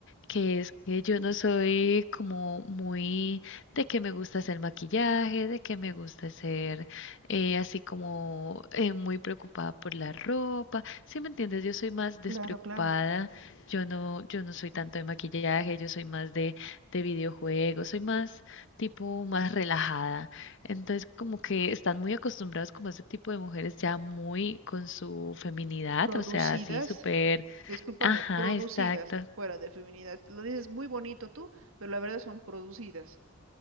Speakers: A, on the left; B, on the right.
A: que es que yo no soy como muy de que me gusta hacer maquillaje, de que me gusta ser eh, así como eh, muy preocupada por la ropa. ¿Sí me entiendes? Yo soy más
B: Claro,
A: despreocupada.
B: claro.
A: Yo no, yo no soy tanto de maquillaje, yo soy más de, de videojuegos, soy más tipo más relajada. Entonces, como que están muy acostumbrados como a ese tipo de mujeres ya muy con su feminidad,
B: Producidas,
A: o sea, así súper,
B: discúlpame,
A: ajá,
B: producidas
A: exacto.
B: fuera de feminidad. Lo dices muy bonito tú, pero la verdad son producidas.